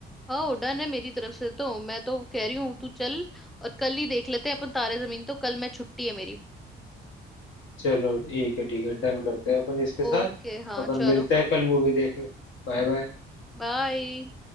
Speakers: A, in the centre; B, on the left.
A: हाँ डन है मेरी तरफ से तो मैं तो कह रही हूँ तू चल और कल ही देख लेते हैं अपन तारे जमीन तो कल मैं छुट्टी है मेरी
B: चलो ठीक है ठीक है डन करते हैं अपन इसके साथ
A: ओके हाँ
B: अपन
A: चलो
B: मिलते हैं कल मूवी देखने Bye bye
A: बाय